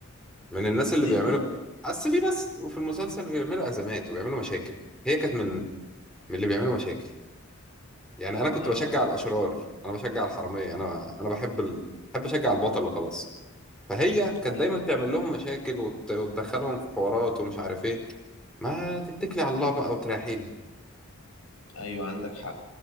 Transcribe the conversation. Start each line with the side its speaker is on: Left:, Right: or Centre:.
Centre: من الناس اللي
Left: ليه
Centre: بيعملوا
Left: كده
Centre: اصل في ناس وفي المسلسل بيعملوا ازمات وبيعملوا مشاكل هي كانت من من اللي بيعملوا مشاكل يعني انا كنت
Left: اه
Centre: بشجع الاشرار انا بشجع الحرامية انا انا بحب ال... بحب اشجع البطل وخلاص فهي كانت
Left: ايوه
Centre: دايما تعمل لهم مشاكل وت... وتدخلهم في حوارات ومش عارف ايه ما تتكلي على الله بقى وتريحيني
Left: ايوه عندك حق